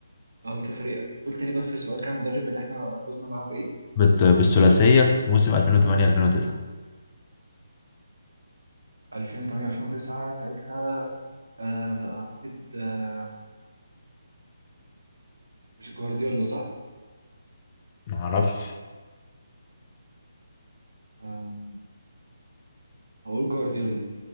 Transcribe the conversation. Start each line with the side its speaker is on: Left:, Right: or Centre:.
Right: أه، قلت فريق قلت لي بس السؤال كان المدرب اللي احنا فزنا معاه بإيه
Left: بت... بالثلاثية في موسم 2008 2009
Right: 2008 2009 ساعتها آه اعتقد آه، مش جوارديولا صح
Left: ما اعرفش
Right: آه هقول جوارديولا